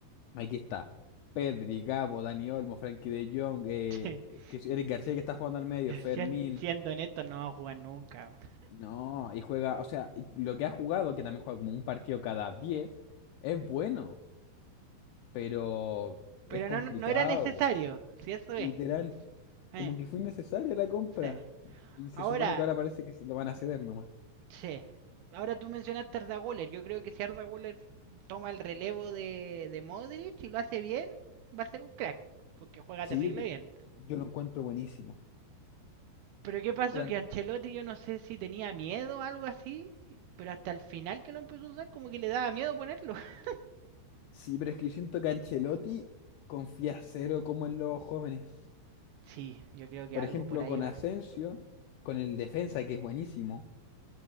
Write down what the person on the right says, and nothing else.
<laughs>
Sien- siendo honesto, no va a jugar nunca.
Pero
no, no era necesario,
si eso es.
Eh,
eh.
Ahora,
sí. Ahora tú mencionaste a Arda Güler. Yo creo que si Arda Güler toma el relevo de, de Modric y lo hace bien, va a ser un crack. Porque juega
terrible
bien.
Pero ¿qué pasó?
Que
Ancelotti yo no sé si tenía miedo o algo así, pero hasta el final que lo empezó a usar como que le daba miedo ponerlo. <laughs>
Sí, yo creo que
algo
por ahí
va.